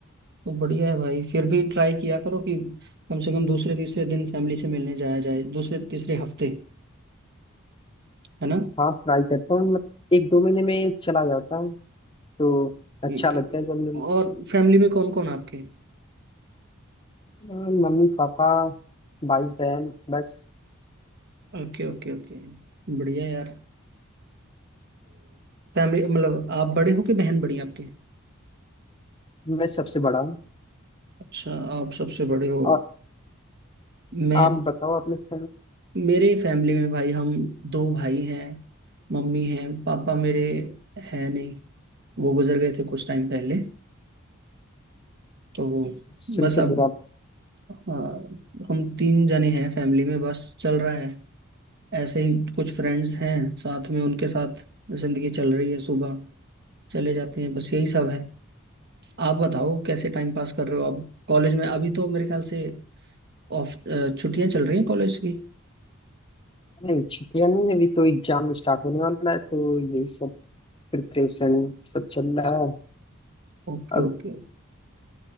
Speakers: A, on the right; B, on the left.
A: तो बढ़िया है भाई फिर भी ट्राई किया करो कि कम से कम दूसरे तीसरे दिन फैमिली से मिलने जाया जाए दूसरे तीसरे हफ्ते है ना
B: हाँ ट्राई करता हूँ मतलब एक दो महीने में चला जाता हूँ तो अच्छा
A: ठीक
B: लगता
A: है
B: है जब मेरी
A: और फैमिली में कौन कौन आपके
B: हाँ, मम्मी पापा भाई बहन बस
A: Okay okay okay बढ़िया यार फैमिली मतलब आप बड़े हो कि बहन बड़ी है आपके
B: मैं सबसे बड़ा हूँ
A: अच्छा आप सबसे बड़े हो
B: और
A: मैं
B: आप बताओ अपने friend-
A: मेरे फैमिली में भाई हम दो भाई हैं मम्मी हैं पापा मेरे हैं नहीं वो गुजर गए थे कुछ टाइम पहले तो
B: सुन
A: बस
B: के
A: अब
B: बुरा
A: हाँ, हम तीन जने हैं फैमिली में बस चल रहा है ऐसे ही कुछ फ्रेंड्स हैं साथ में उनके साथ जिंदगी चल रही है सुबह चले जाते हैं बस यही सब है आप बताओ कैसे टाइम पास कर रहे हो आप कॉलेज में अभी तो मेरे ख्याल से ऑफ छुट्टियां चल रही हैं कॉलेज की
B: नहीं छुट्टियाँ नहीं है, अभी तो एग्जाम स्टार्ट होने वाला है तो ये सब प्रिपरेशन सब चल रहा है
A: Okay
B: अब
A: okay